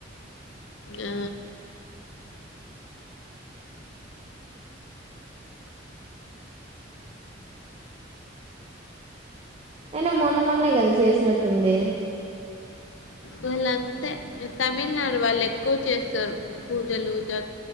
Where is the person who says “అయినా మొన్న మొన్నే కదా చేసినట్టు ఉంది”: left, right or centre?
Right